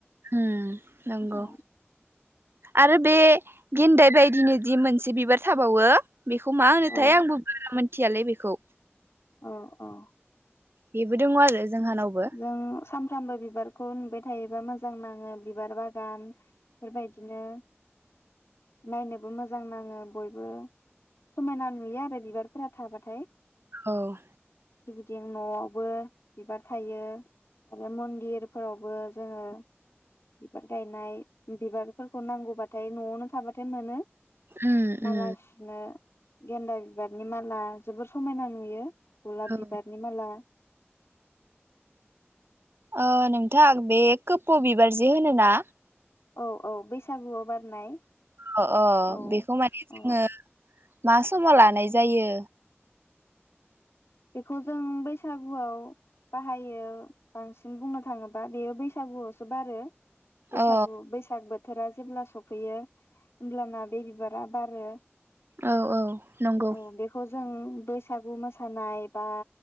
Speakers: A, on the right; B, on the left.
A: होम नोंगौ।
B: औ
A: आरो बे गेन्दाय बायदिनो दि मोनसे बिबार थाबावो बेखौ मा होनोथाय
B: औ
A: आंबो बारा मोन मिथियालै बेखौ।
B: औ औ।
A: बेबो दङ' आरो जोंहानावबो
B: जों सानफ्रामबो बिबार खौ नुबाय थायोबा मोजां नाङो बिबार बागान बेफोर बायदिनो नायनोबो मोजां नाङो बयबो समायना नुयो आरो बिबारफोरा थाबाथाय।
A: औ।
B: जों न'आवबो बिबार थायो आरो मन्दिरफोरावबो जोङो बिबार गायनाय बिबारफोरखौ नांगौबाथाय न'आवनो थाबाथाय मोनो।
A: उम
B: माला
A: उम
B: सुनो गेन्दा बिबारनि माला जोबोर समायना नुयो। गलाब
A: औ
B: बिबारनि माला
A: ओ नोंथां बे खोफौ बिबार जे होनो ना
B: औ औ बैसागुआव बारनाय।
A: अ अ
B: औ
A: बेखौ माने जोङो
B: औ
A: मा समाव लानाय जायो?
B: बेखौ जों बैसागुआव बाहायो बांसिन बुंनो थाङोबा बेयो बैसागुआवसो बारो। बैसागु
A: अ
B: बैसाग बो थोरा जेब्ला सफैयो होमब्लाना बे बिबारा बारो।
A: औ औ नंगौ
B: औ बेखौ जों बैसागु मोसा सानाय बा